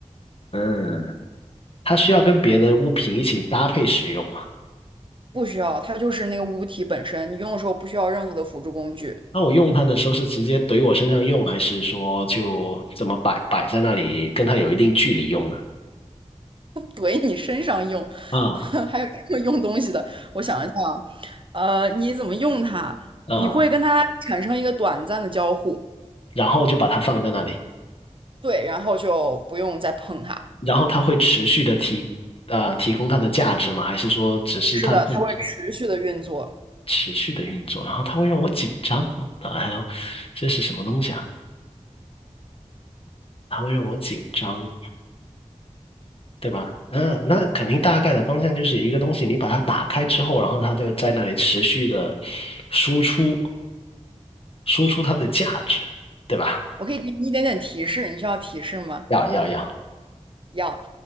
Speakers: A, on the left; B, on the right.
A: 嗯，它需要跟别的物品一起搭配使用嘛？
B: 不需要，它就是那个物体本身，你用的时候不需要任何的辅助工具。
A: 那我用它的时候是直接怼我身上用，还是说就怎么摆摆在那里，跟它有一定距离用呢？
B: 怼你身上用，
A: 啊
B: <laughs> 还有这么用东西的。我想一想，呃，你怎么用它？
A: 啊，
B: 你会跟它产生一个短暂的交互，
A: 然后就把它放在那里。
B: 对，然后就不用再碰它。
A: 然后它会持续的提呃提供它的价值吗？还是说只是它会
B: 是的，它会持续的运作。
A: 持续的运作？然后它会让我紧张，啊，还有这是什么东西啊？它会让我紧张，对吧？嗯，那肯定大概的方向就是一个东西，你把它打开之后，然后它就在那里持续的输出输出它的价值，对吧？
B: 我可以给你一点点提示，你需要提示吗？
A: 要要要，
B: 要。